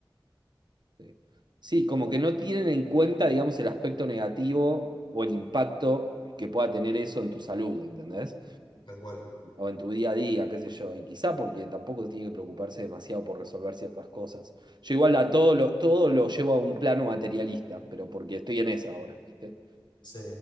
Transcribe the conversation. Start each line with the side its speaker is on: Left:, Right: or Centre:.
Right: Este, Sí, como que no tienen en cuenta, digamos, el aspecto negativo o el impacto que pueda tener eso en tu salud, ¿entendés?
Left: tal cual.
Right: O en tu día a día, qué sé yo. Y quizá porque tampoco tiene que preocuparse demasiado por resolver ciertas cosas. Yo igual a todo lo, todo lo llevo a un plano materialista, pero porque estoy en esa ahora, ¿viste?
Left: Sí,